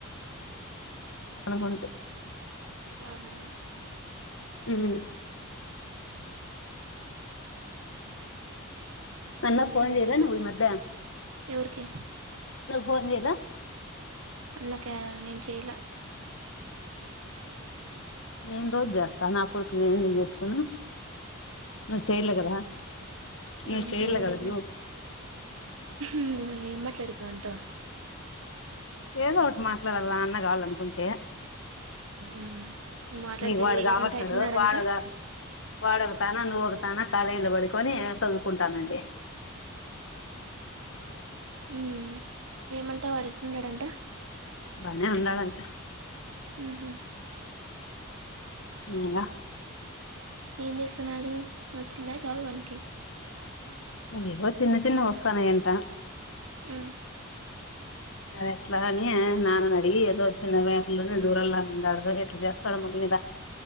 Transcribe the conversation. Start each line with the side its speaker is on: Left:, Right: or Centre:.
Left: పడుకుంటి
Right: అవునా
Left: ఉహు అన్న ఫోన్
Right: ఎ-
Left: చేయల నువ్ ఈ మధ్య
Right: ఎవరికి
Left: ఫోన్ చేయలా
Right: అందుకే నేన్ చెయలా
Left: నే న్ రోజు చేస్తా నా కొడుకు నేనెందుకు చేసుకోను నువ్వు చేయలే కదా
Right: నే
Left: నువ్వు
Right: న్
Left: చేయలే
Right: చెయలేదు
Left: కదా నువ్వు
Right: ఉమ్ ఏం మాట్లాడదివా అంత
Left: ఏదో ఓటి మాట్లాడాల అన్న కావాలనుకుంటే
Right: ఉమ్ మాట్లాడితే
Left: నీక్ వాడు కాబడత్తాడు
Right: ఏమంటే ఎట్లున్నాడంట
Left: వాడగా వాడొ ఒక తాన నువ్వ ఒక తాన కాలేజీలో పడుకొని చదువుకుంటానండి
Right: మ్ ఏమంటా వాడెటున్నాడంట
Left: పని ఉన్నాడు అంట
Right: ఊహు
Left: అవున
Right: ఏం చేస్తున్నాడు వచ్చిందా జాబ్ మనకి
Left: ఏవో చిన్న చిన్న వస్తాన్నయి అంట
Right: ఉహ్
Left: ఎట్లా అని నాన్న అడిగి ఏదో వచ్చిినలో <unintelligible> దూరంలో ఉన్నాడో ఎట్లా చేస్తాడో మళ్ళీ